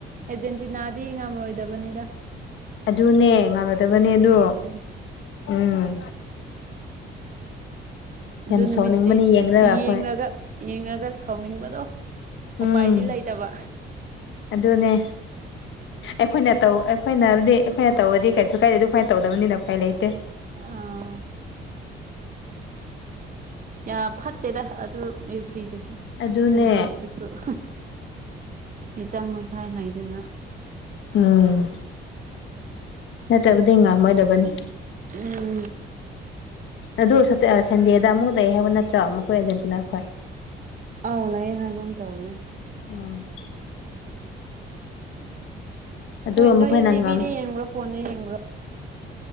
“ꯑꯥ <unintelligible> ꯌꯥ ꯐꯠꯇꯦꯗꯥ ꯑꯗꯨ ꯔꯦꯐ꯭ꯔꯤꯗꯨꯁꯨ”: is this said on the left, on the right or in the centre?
Right